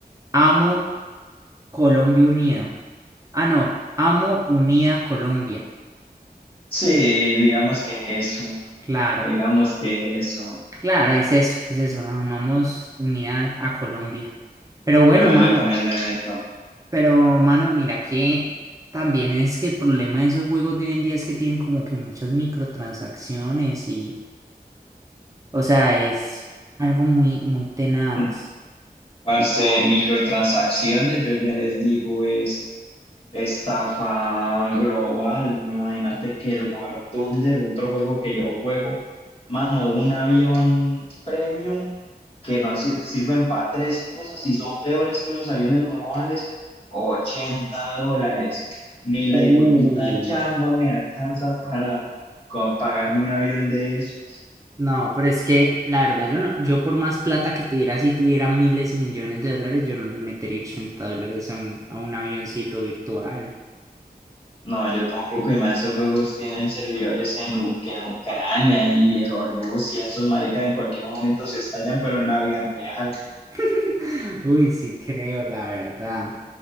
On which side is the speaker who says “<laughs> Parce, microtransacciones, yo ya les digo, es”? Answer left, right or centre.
Left